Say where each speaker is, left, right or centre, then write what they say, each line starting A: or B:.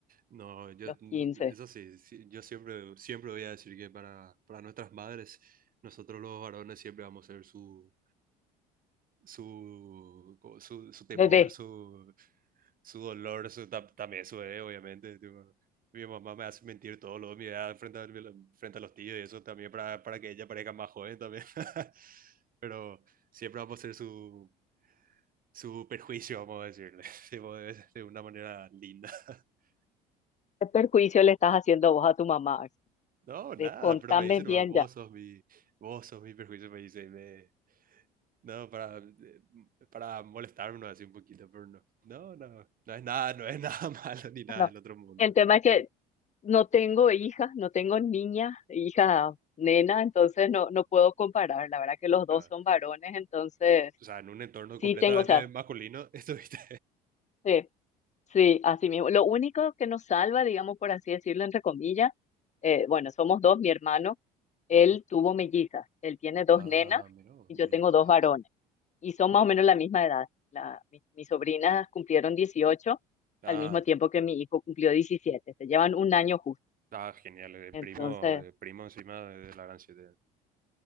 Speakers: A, on the right; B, on the left.
A: No, yo,
B: los
A: no,
B: quince
A: eso sí, sí, yo siempre, siempre voy a decir que para, para nuestras madres, nosotros los varones siempre vamos a ser su, su, co- su, su temor,
B: Bebé.
A: su, su dolor, su, tam- también su bebé, obviamente. tipo, mi mamá me hace mentir todo lo de mi edad frente a, mi- frente a los tíos y eso también para, para que ella parezca más joven también. <laughs> Pero siempre vamos a ser su, su perjuicio, vamos a decirle, <laughs> tipo, de de una manera linda. <laughs>
B: ¿Qué perjuicio le estás haciendo vos a tu mamá?
A: No, nada,
B: De- contame
A: pero me dice
B: bien
A: nomás, vos
B: ya.
A: sos mi, vos sos mi perjuicio, me dice, y me, no, para, eh, para molestarme no, así un poquito, pero no, no, no, no es nada, no es nada <laughs> malo ni nada
B: No.
A: del otro mundo,
B: El tema
A: no,
B: es que no tengo hijas, no tengo niña, hija, nena, entonces no, no puedo comparar. La verdad que los dos
A: no.
B: son varones, entonces
A: O sea, en un entorno
B: sí
A: completamente
B: tengo, o sea,
A: masculino, <laughs> estuviste.
B: sí, sí, así mismo. Lo único que nos salva, digamos, por así decirlo, entre comillas, eh, bueno, somos dos, mi hermano, él
A: Ujú.
B: tuvo mellizas, él tiene dos
A: Ah,
B: nenas
A: mira, vos,
B: y
A: mira,
B: yo tengo
A: Jesus.
B: dos varones. y son más o menos la misma edad. La, mi- mis sobrinas cumplieron 18
A: Ah,
B: al mismo tiempo que mi hijo cumplió diecisiete Se llevan un año justo.
A: ah, genial, eh,
B: Entonces,
A: primo, eh, primo encima de, de la gran siete.